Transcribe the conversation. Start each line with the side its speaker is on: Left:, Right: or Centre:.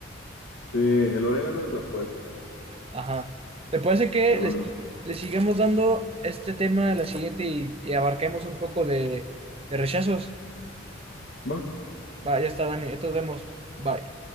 Left: Sí, el orégano es a fuerzas.
Right: Ajá. ¿Te parece que
Left: Pero
Right: le,
Left: bueno,
Right: sig- le sigamos dando este tema a la siguiente y, y abarquemos un poco de, de rechazos?
Left: va.
Right: Va, ya está, Dani. Entonces vemos. Bye.